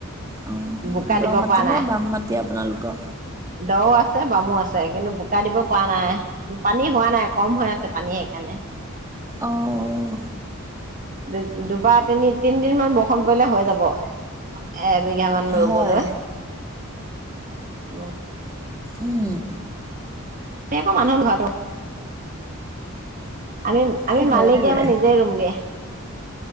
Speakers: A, on the right; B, on the right.
A: অঁ
B: বোকা
A: দ
B: দিব
A: মাটি
B: পৰা নাই,
A: নে বাম মাটি আপোনালোকৰ
B: দ আছে, বামো আছে কিন্তু বোকা দিব পৰা নাই, পানী হোৱা নাই কম হৈ আছে পানী সেইকাৰণে
A: অঁ
B: দু দুবাৰ, তিনি তিনিদিন মান বৰষুণ পৰিলে হৈ যাব, এ বিঘা মান ৰুবলৈ,
A: হয়
B: উম।
A: উম।
B: এ মানুহৰ ভৰাটো আমি, আমি
A: আৰু
B: মালিকে
A: ঘৰতে ৰুৱে
B: আমাৰ নিজে ৰুংগে